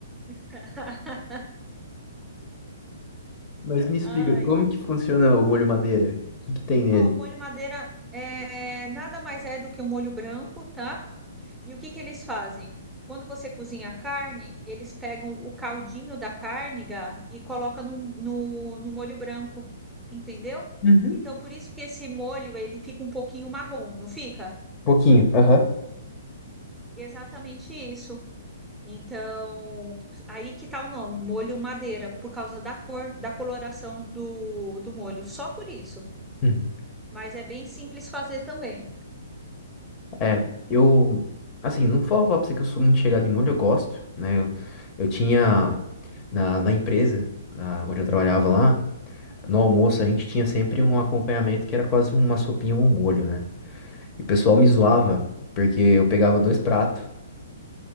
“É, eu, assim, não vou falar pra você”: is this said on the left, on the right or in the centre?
Left